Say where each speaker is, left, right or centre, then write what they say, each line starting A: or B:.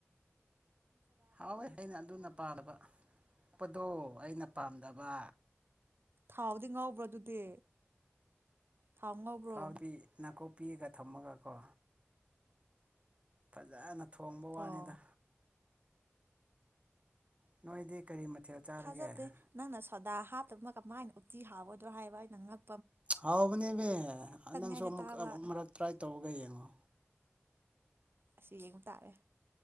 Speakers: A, on the right; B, on the right.
A: ꯍꯥꯎꯋꯦ ꯑꯩꯅ ꯑꯗꯨꯅ ꯄꯥꯝꯕꯄꯗꯣ ꯑꯩꯅ ꯄꯥꯝꯗꯕ
B: ꯊꯥꯎꯗꯤ ꯉꯥꯎꯕ꯭ꯔꯥ ꯑꯗꯨꯗꯤ ꯊꯥꯎ ꯉꯧꯕ꯭ꯔꯣ
A: ꯊꯥꯕꯤ ꯅꯅꯥꯀꯨꯞ ꯄꯤꯑꯒ ꯊꯝꯃꯒꯀꯣ ꯐꯖꯅ ꯊꯣꯡꯕ ꯋꯥꯅꯤꯗ
B: ꯑꯣ
A: ꯅꯣꯏꯗꯤ ꯀꯔꯤ ꯃꯊꯦꯜ ꯆꯥꯔꯒꯦ
B: ꯊꯥꯖꯗꯦ ꯅꯪꯅ ꯁꯗꯥ ꯍꯥꯞ ꯑꯗꯨꯃꯛ ꯀꯃꯥꯏꯅ ꯎꯛꯇꯇꯤ ꯍꯥꯥꯎꯒꯗ꯭ꯔꯣ ꯍꯥꯏꯕ ꯑꯩꯅ ꯅ ꯉꯛ
A: ꯍꯥꯎꯕꯅꯦꯕꯍꯦ ꯅꯪꯁꯨ
B: ꯑꯩꯅ
A: ꯑꯃꯨꯛ
B: ꯇꯥꯕ
A: ꯃꯔꯛ ꯇ꯭ꯔꯥꯏ ꯇꯧꯔꯒ ꯌꯦꯡꯉꯣ
B: ꯑꯁꯤ ꯌꯦꯡꯕ ꯇꯥꯔꯦ